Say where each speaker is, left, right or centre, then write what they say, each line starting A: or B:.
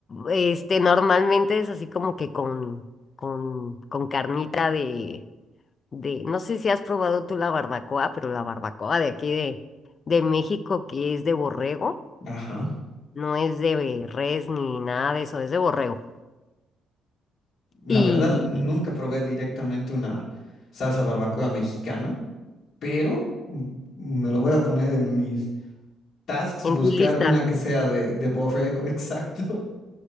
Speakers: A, on the left (about 30°); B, on the left (about 45°).
A: Este, normalmente es así como que con, con, con carnita de, de, no sé si has probado tú la barbacoa, pero la barbacoa de aquí de, de México que es de borrego.
B: Ajá.
A: No es de res ni nada de eso, es de borrego.
B: La
A: Y
B: verdad, nunca probé directamente una salsa barbacoa mexicana, pero mm, me lo voy a poner en mis tasks,
A: en
B: buscar
A: tu lista.
B: una que sea de, de borrego, <laughs> exacto.